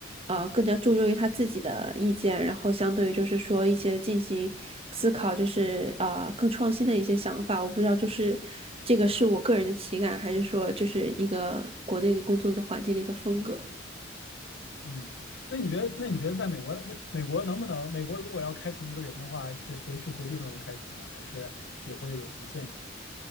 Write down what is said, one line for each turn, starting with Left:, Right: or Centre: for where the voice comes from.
Right: 呃，更加注重于他自己的意见，然后相对于就是说一些进行思考，就是啊、呃更创新的一些想法，我不知道就是。这个是我个人的体感，还是说就是一个国内工作的环境的一个风格？
Left: 嗯，那你觉得，那你觉得在美国，这美国能不能，美国如果要开除一个人的话，是随时随地都能开除吗？还是也会有什么限制